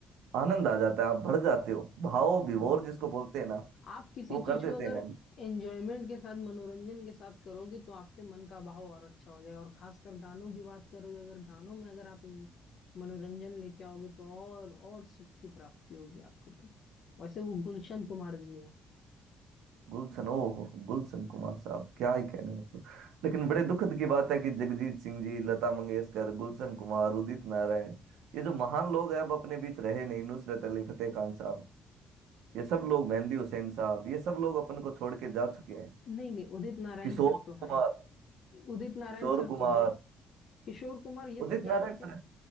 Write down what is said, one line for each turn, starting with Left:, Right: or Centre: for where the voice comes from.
Right: आनंद आ जाता है आप भर जाते हो भाव
Left: बिल्कुल
Right: विभोर
Left: बिल्कुल
Right: जिसको बोलते हैं ना
Left: आप किसी
Right: वो
Left: चीज
Right: कर देते
Left: को अगर
Right: हैं गाने
Left: एंजॉयमेंट के साथ मनोरंजन के साथ करोगे तो आपके मन का बहाव और अच्छा हो जाएगा और खासकर गानों की बात करोगे अगर गानों में अगर आप इन- मनोरंजन लेके आओगे तो और और सुख की प्राप्ति होगी आपको तो वैसे वो गुलशन कुमार जी हैं
Right: गुलशन ओ हो गुलशन कुमार साहब क्या ही कहने मतलब लेकिन बड़े दुखद की बात है कि जगजीत सिंह जी लता मंगेशकर गुलशन कुमार उदित नारायण ये जो महान लोग हैं अब अपने बीच रहे नहीं नुसरत अली फतेह खान साहब ये सब लोग मेहंदी हुसैन साहब ये सब लोग अपन को छोड़ के जा चुके हैं
Left: नहीं नहीं उदित नारायण
Right: Kishore
Left: सर तो हैं
Right: Kumar
Left: उदित नारायण
Right: Kishore
Left: सर
Right: Kumar
Left: तो हैं किशोर कुमार ये सब
Right: Udit
Left: जा
Right: Narayan
Left: चुके
Right: sir
Left: हैं